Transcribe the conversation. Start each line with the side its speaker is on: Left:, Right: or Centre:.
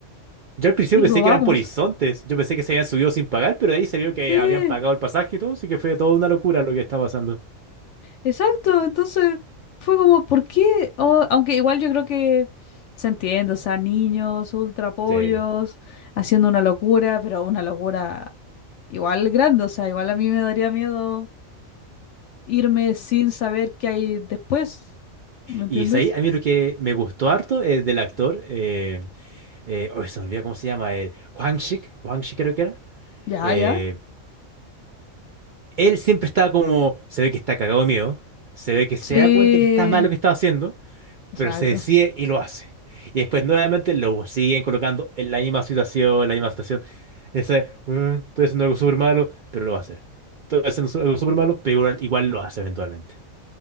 Right: Yo al principio
Left: Y
Right: pensé
Left: robamos.
Right: que eran por horizontes, yo pensé que se habían subido sin pagar, pero de ahí se vio que
Left: Sí.
Right: habían pagado el pasaje y todo, así que fue toda una locura lo que está pasando.
Left: Exacto, entonces fue como, ¿por qué? Oh, aunque igual yo creo que se entiende, o sea, niños, ultra pollos,
Right: Sí.
Left: haciendo una locura, pero una locura igual grande, o sea, igual a mí me daría miedo irme sin saber qué hay después, ¿me entiendes?
Right: Y ahí a mí lo que me gustó harto es del actor. eh, eh, oh, se me olvida cómo se llama, el Quang Shik, Quang Shik creo que era.
Left: Ya,
Right: eh,
Left: ya.
Right: él siempre estaba como, se ve que está cagado de miedo, se ve que se
Left: Sí,
Right: da cuenta que está mal lo que está haciendo,
Left: exacto.
Right: pero se decide y lo hace. Y después nuevamente lo siguen colocando en la misma situación, en la misma situación. Ese, "Bueno, estoy haciendo algo súper malo, pero lo va a hacer. Estoy haciendo su- algo súper malo, pero igual, igual lo hace eventualmente.